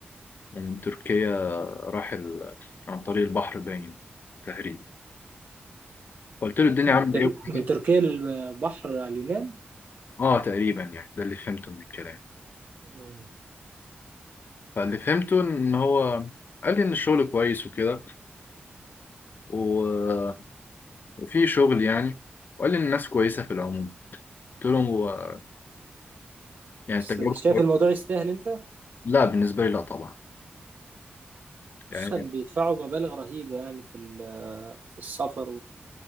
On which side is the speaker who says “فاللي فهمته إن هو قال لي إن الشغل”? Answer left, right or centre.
Left